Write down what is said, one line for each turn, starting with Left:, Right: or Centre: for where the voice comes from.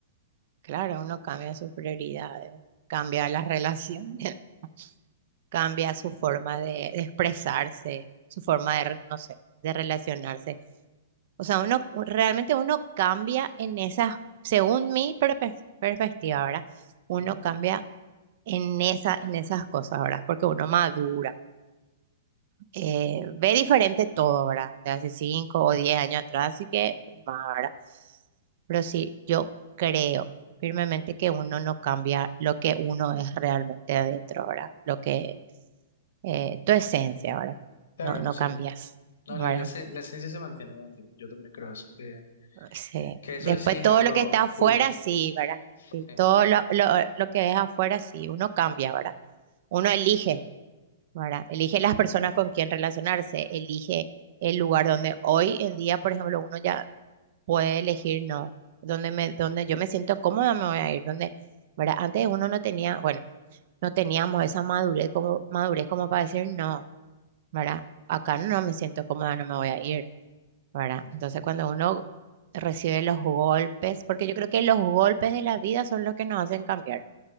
Right: Claro, uno cambia sus prioridades, cambia las relaciones, <laughs> cambia su forma de, de expresarse, su forma de, re- no sé, de relacionarse. O sea, uno realmente uno cambia en esas, según mi perpe- perspectiva, ¿verdad? Uno
Left: Ujú,
Right: cambia en esa, en esas cosas, ¿verdad? Porque uno madura. eh, ve diferente todo, ¿verdad? De hace 5 o 10 años atrás, así que más, ¿verdad? Pero sí, yo creo firmemente que uno no cambia lo que uno es realmente adentro, ¿verdad? Lo que, eh, tu esencia, ¿verdad?
Left: Claro,
Right: No, no
Left: sí.
Right: cambias,
Left: No,
Right: ¿verdad?
Left: la, la, ese- la esencia se mantiene con el tiempo. Yo también creo eso, que,
Right: Sí.
Left: que eso
Right: Después
Left: sí es
Right: todo
Left: algo
Right: lo que está afuera,
Left: tuyo.
Right: sí, ¿verdad?
Left: Sí,
Right: Sí, todo lo, lo, lo que es afuera, sí, uno cambia, ¿verdad? Uno elige
Left: sí.
Right: ¿verdad? Elige las personas con quien relacionarse, elige el lugar donde hoy en día, por ejemplo, uno ya puede elegir no, donde me, donde yo me siento cómoda me voy a ir, donde, ¿verdad? Antes uno no tenía, bueno, no teníamos esa madurez como, madurez como para decir no, ¿verdad? Acá no me siento cómoda, no me voy a ir, ¿verdad?
Left: ujú.
Right: Entonces cuando uno recibe los golpes, porque yo creo que los golpes de la vida son los que nos hacen cambiar,